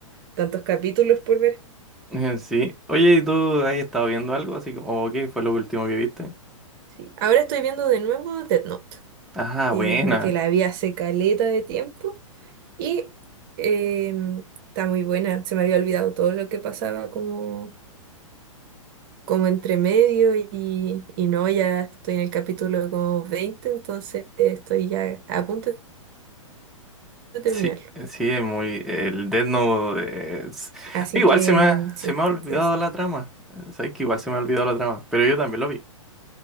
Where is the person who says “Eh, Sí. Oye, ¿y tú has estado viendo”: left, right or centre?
Centre